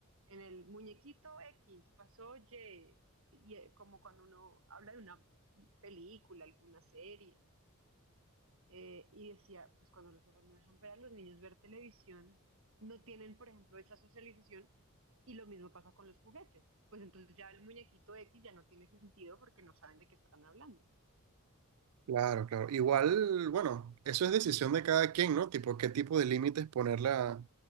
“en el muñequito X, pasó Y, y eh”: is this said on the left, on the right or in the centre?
Right